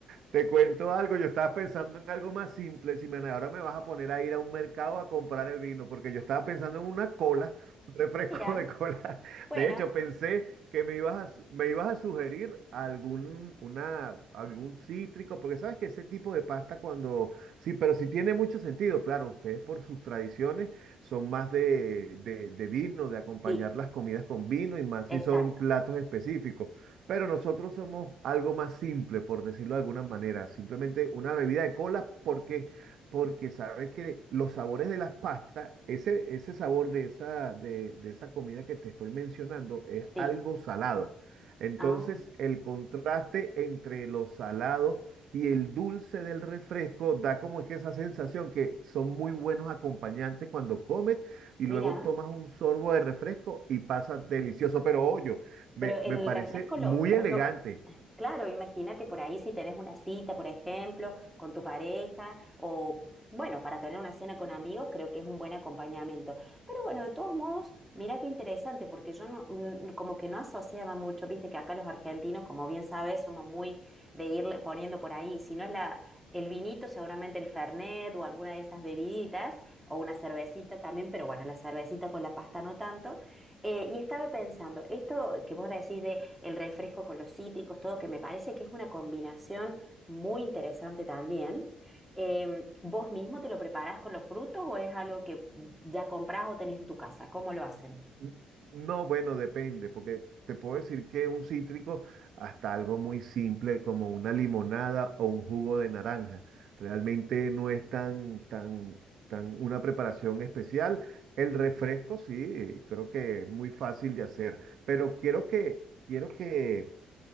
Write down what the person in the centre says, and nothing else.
Mira,
bueno,
sí,
exacto,
sí.
Ah,
mira,
pero el
refresco
lo, vos
lo Claro, imagínate por ahí si tenés una cita, por ejemplo, con tu pareja o, bueno, para tener una cena con amigos, creo que es un buen acompañamiento. Pero bueno, de todos modos, mira qué interesante, porque yo no, mm, mm, como que no asociaba mucho, viste que acá los argentinos, como bien sabes, somos muy de irle poniendo por ahí, si no es la, el vinito, seguramente el Fernet o alguna de esas bebiditas o una cervecita también, pero bueno, la cervecita con la pasta no tanto. Eh, y estaba pensando, esto que vos decís de el refresco con los cítricos, todo, que me parece que es una combinación muy interesante también. Em, ¿vos mismo te lo preparás con los frutos o es algo que ya comprás o tenés en tu casa? ¿Cómo lo hacen?